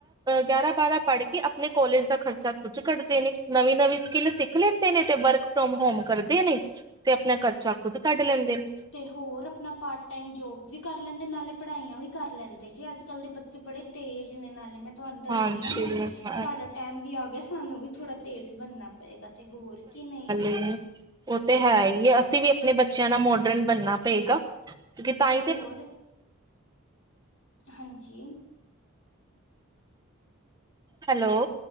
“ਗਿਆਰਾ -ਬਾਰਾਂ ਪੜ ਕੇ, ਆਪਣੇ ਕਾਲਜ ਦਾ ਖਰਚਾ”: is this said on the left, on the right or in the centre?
Right